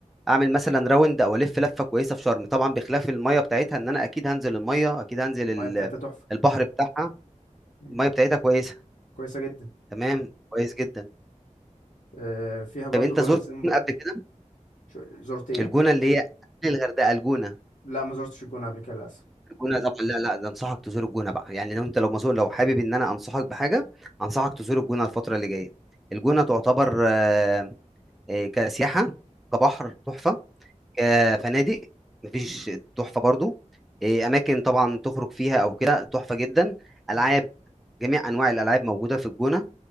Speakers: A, in the centre; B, on the left.
A: أعمل مثلًا round أو ألِف لفة كويسة في شرم، طبعًا بخلاف المَيّة بتاعتها إن أنا أكيد هانزل المَيّة، أكيد هانزل
B: المياه
A: ال
B: بتاعتها تحفة
A: البحر بتاعها،
B: مم.
A: المَيّة بتاعتها كويسة،
B: كويسة جدا
A: تمام، كويس جدًا.
B: آه، فيها برضو
A: طب أنت
B: بقولك
A: زُرت
B: زي ما
A: الجونة
B: بقولك
A: قبل كده؟
B: شو- زرت ايه؟
A: الجونة اللي هي قبل الغردقة، الجونة.
B: لا ما زرتش الجونة قبل كده للأسف
A: الجونه طبعا لا لا ده انصحك تزور الجونه بقى يعني لو انت لو مسؤول لو حابب ان انا انصحك بحاجه انصحك
B: مم.
A: تزور الجونه الفتره اللي جايه الجونه تعتبر آه، آه، كسياحه كبحر تحفه كفنادق مفيش
B: مم.
A: تحفه برضو آه، اماكن طبعا تخرج فيها او كده تحفه جدا العاب
B: مم.
A: جميع انواع الالعاب موجوده في الجونه